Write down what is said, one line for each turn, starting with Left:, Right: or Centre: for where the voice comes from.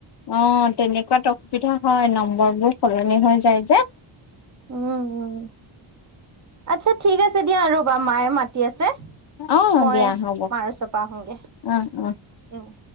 Left: অঁ তেনেকুৱাত অসুবিধা হয় নম্বৰ বোৰ সলনি হৈ যায় যে।
Right: উমঁ উমঁ আচ্ছা ঠিক আছে দিয়া ৰ'বা মায়ে মাতি আছে।
Left: অ
Right: মই
Left: দিয়া হ'ব
Right: মাৰ ওচৰপা আহোংগে
Left: অ অ
Right: উমঁ।